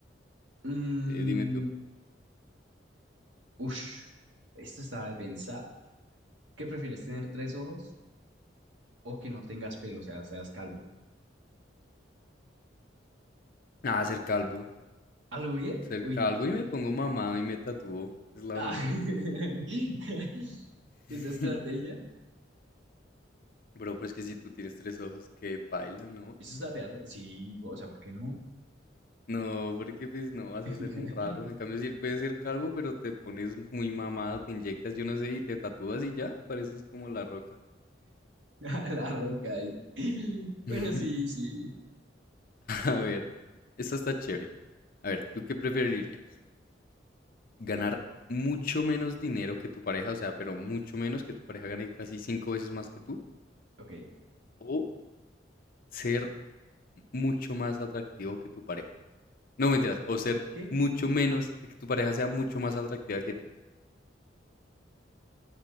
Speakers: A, on the right; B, on the left.
A: Mm,
B: eh, dime tú.
A: ush, esto está de pensar. ¿Qué prefieres, tener tres ojos o que no tengas pelo, o sea, seas calvo?
B: Nada, ser calvo.
A: ¿A lo bien?
B: Ser
A: Uy,
B: calvo y me pongo mamado y me tatúo. Es la
A: ah,
B: única.
A: <laughs>
B: <laughs>
A: esa estrategia. <clears throat>
B: Bro, pero es que si tú tienes tres ojos, qué paila, ¿no?
A: Eso está de, arde- sí, o sea, ¿por qué no?
B: No, porque pues no vas a ser
A: <laughs>
B: un raro. En cambio, si puedes ser calvo, pero te pones muy mamado, te inyectas, yo no sé, y te tatúas y ya, pareces como la roca.
A: A la roca ahí. Bueno,
B: <laughs>
A: sí, sí.
B: A ver, esta está chévere. A ver, ¿tú qué preferirías? ¿Ganar mucho menos dinero que tu pareja? O sea, pero mucho menos que tu pareja gane casi cinco veces más que tú.
A: Ok,
B: ¿O ser mucho más atractivo que tu pareja. No mentiras, o ser
A: ¿qué?
B: mucho menos, que tu pareja sea mucho más atractiva que tú.